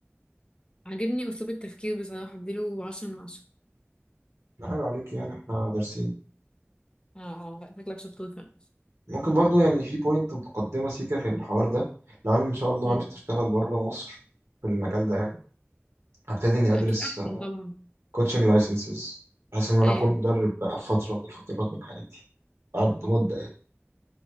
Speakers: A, on the left; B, on the right.
A: عاجبني اسلوب التفكير بصراحة اديله عشرة من عشرة
B: لا، عيب عليك يعني احنا دارسين
A: اه اه لا شكلك شطور فعلا
B: ممكن برضو يعني في بوينت متقدمه سيكا في الحوار ده لو انا ان شاء الله
A: امم
B: عرفت اشتغل بره مصر في المجال ده يعني هبتدي اني ادرس
A: اكيد احسن طبعا
B: كوتشنج لايسنسز بحيث ان انا
A: ايوه
B: اكون مدرب بقى في فتره من الفترات من حياتي بعد مده يعني